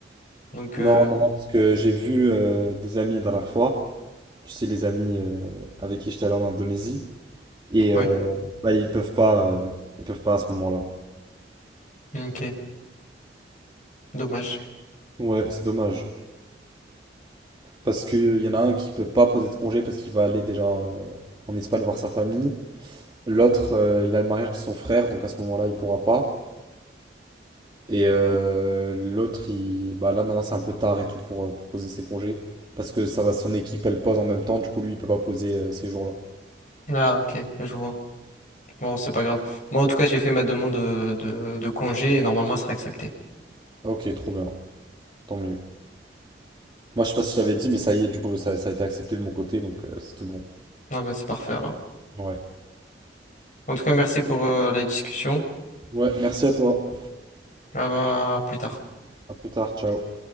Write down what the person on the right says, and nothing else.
Non,
non, non, parce que j'ai vu euh, des amis la dernière fois. Tu sais, les amis euh, avec qui j'étais allé en Indonésie. Et
euh, bah, ils peuvent pas, euh, ils peuvent pas à ce moment-là.
Ouais, c'est dommage. Parce qu'il y en a un qui peut pas poser de congé parce qu'il va aller déjà euh, en Espagne voir sa famille. L'autre, euh, il a le mariage de son frère, donc à ce moment-là, il pourra pas. Et euh, l'autre, il... bah là maintenant, c'est un peu tard et tout pour, euh, pour poser ses congés. Parce que ça va, son équipe, elle pose en même temps, du coup, lui, il peut pas poser euh, ces jours-là.
Ok, trop bien, tant mieux. Moi, je sais pas si je t'avais dit, mais ça y est, du coup, ça, ça a été accepté de mon côté, donc euh, c'est tout bon.
Ouais.
Ouais, merci à toi.
À plus tard, ciao.